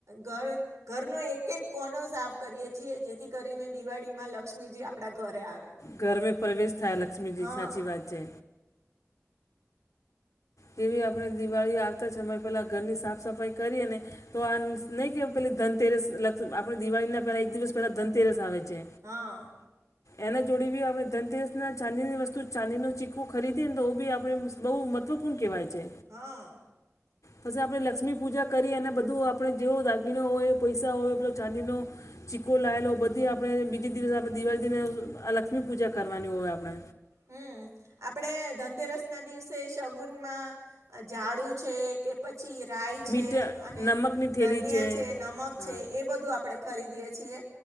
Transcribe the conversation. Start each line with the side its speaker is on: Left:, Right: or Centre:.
Right: ઘર ઘરનો એક એક કોનો સાફ કરીએે છીએ જેથી કરીને દીવાડી માં લક્ષ્મીજી આપડા ઘરે આવે.
Left: ઘરમે પ્રવેશ થાય લક્ષ્મીજી
Right: હા
Left: સાચી વાત છે જેવી આપણે દિવાળી આવતા જ સમય પેલા ઘરની સાફ સફાઈ કરી અને તો આન્સ નઈ કે પેલી ધનતેરસ લક્સ આપણ દિવાળી ના પેલા એક દિવસ પેલા ધનતેરસ આવે છે.
Right: હા
Left: એના જોડે ભી આપણે ધનતેરસ ના ચાંદીનીની વસ્તુ ચાંદીનો ચીક્કો ખરીદીએ ન તો બી આપણે બઉ મત્વપૂણ કેવાય છે
Right: હા
Left: પસી આપણે લક્ષ્મી પૂજા કરી અને બધું આપણે જેવો દાગીનો ઓય પોઈસા ઓય પેલો ચાંદીનો ચીક્કો લાયેલો બધી આપણેે બીજી જ દિવસ આપણે દિવાડીને આ લક્ષ્મી પૂજા કરવાની ઓય આપણે
Right: હ આપડે ધનતેરસના દિવસે સગુનમાં ઝાડુ છે કે પછી રાય છે
Left: મીઠા
Right: અને
Left: નમકની થેલી
Right: ધનીયા છે નમક
Left: હા
Right: છે એ બધું આપડે ખરીદીએ છીએ